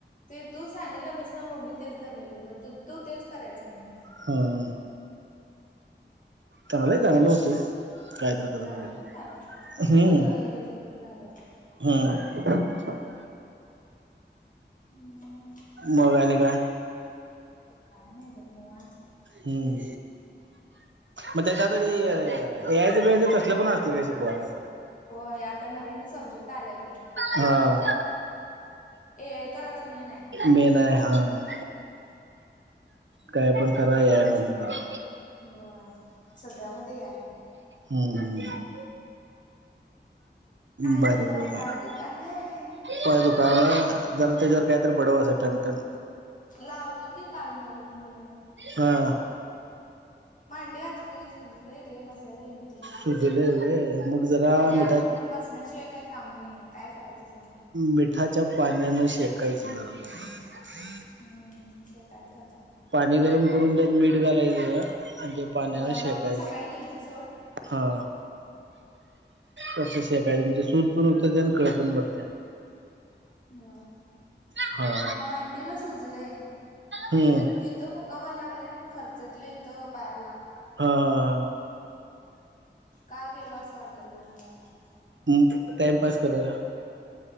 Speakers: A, on the left; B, on the right.
A: ते तू सांगितल्यापासनं मम्मी तेच धरलेले बत्तन तू तेच करायच म्हणून.
B: हां. चांगलं हाय, चांगलं होतंय. कायतरी करत
A: झालं
B: राहिलं
A: की चांगलं,
B: हम्म
A: सगळं हेज झालं.
B: हम्म.
A: मग.
B: मग आणि काय?
A: काय नाही बघ निवांत.
B: हम्म. मग त्याच्या तरी ए आय बि आय चं तसलं पण असते काही शिकवाय आता.
A: होय आता नवीन सब्जेक्ट आलाय की.
B: हां.
A: ए आय तर आता मेन आहे.
B: मेन आहे हा काय पण करा याय मधनं करा.
A: होय सगळ्यामध्ये ए आय आहे.
B: हम्म हम्म.
A: आई
B: भारी
A: ग
B: काम
A: पाय
B: आहे.
A: दुकायला आहे.
B: पाय दुकायला जरा तेच्यावर, काहीतरी बडव असं टनटन.
A: लावलं की काल मलम बिलम.
B: हां.
A: मांडी घातली की सुजलय रे बसायला येई ना ते.
B: सुजलवय व्हयं, मग जरा
A: आणि आजी
B: मिठा
A: मला बसण्याशिवाय काय काम नाहीे काय करायचं सांग.
B: मिठाच्या पाण्यानं शेकायचं जरा जरा.
A: हम् शेकायचं आता.
B: पाणी गरम करून त्यात मीठ घालायचं आणि ते पाण्याने
A: होय मम्मी
B: शेकायचं.
A: सकाळी दिलती सोड
B: हा तसच शेकायच म्हणजे सूज पण उतरते आणि कळ पण मरते.
A: व्होय
B: हा
A: मांडीला सुजले
B: हम्म.
A: तित तो मुक्का मार लागलाय आणि खर्चटलं इथं पायाला.
B: हा हा हा.
A: का गेलो असं वाटालय मला आता.
B: हा टाइमपास करायला.